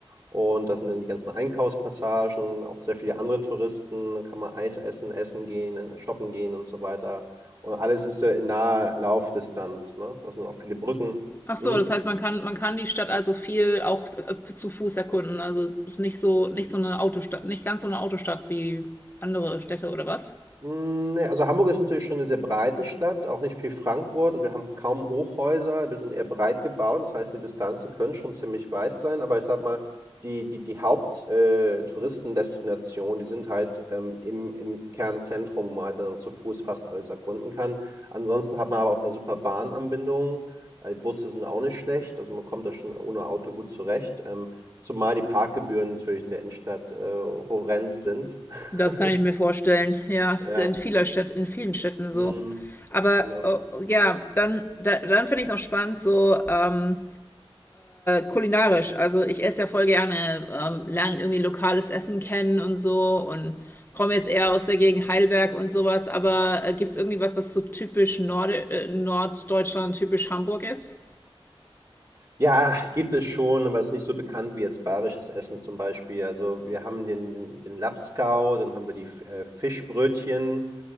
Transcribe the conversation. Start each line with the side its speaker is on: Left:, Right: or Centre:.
Right: Und da sind dann die ganzen Einkaufspassagen, auch sehr viele andere Touristen. Dann kann man Eis essen, essen gehen, äh, shoppen gehen und so weiter. Und alles ist so in naher Laufdistanz, ne? Da sind auch viele Brücken.
Left: Ach so,
Right: Hm?
Left: das heißt, man kann, man kann die Stadt also viel auch äh, zu Fuß erkunden. Also es ist nicht so, nicht so eine Autostadt, nicht ganz so eine Autostadt wie andere Städte oder was?
Right: Hm, ne, also Hamburg ist natürlich schon eine sehr breite Stadt, auch nicht wie Frankfurt. Also, wir haben kaum Hochhäuser, wir sind eher breit gebaut. Das heißt, die Distanzen können schon ziemlich weit sein, aber ich sage mal, die die die Haupt äh, Touristendestinationen, die sind halt, ähm, im im Kernzentrum, wo man halt dann zu Fuß fast alles erkunden kann. Ansonsten hat man aber auch eine super Bahnanbindung. Äh, die Busse sind auch nicht schlecht, also man kommt da schon ohne Auto gut zurecht, ähm, zumal die Parkgebühren natürlich in der Innenstadt, äh, horrend sind.
Left: Das
Right: <laughs>
Left: kann ich mir vorstellen. Ja, das
Right: Ja,
Left: ist ja in vieler Stadt, in vielen Städten so.
Right: mhm.
Left: Aber
Right: Genau.
Left: oh, ja, dann, da, dann finde ich es auch spannend, so ähm, kulinarisch. Also ich esse ja voll gerne, ähm, lerne irgendwie lokales Essen kennen und so und komme jetzt eher aus der Gegend Heidelberg und sowas. Aber äh, gibt es irgendwie was, was so typisch Norde äh, Norddeutschland, typisch Hamburg ist?
Right: Ja, gibt es schon, aber es ist nicht so bekannt wie jetzt bayerisches Essen zum Beispiel. Also wir haben den, den den Lapskaus, dann haben wir die F- äh, Fischbrötchen.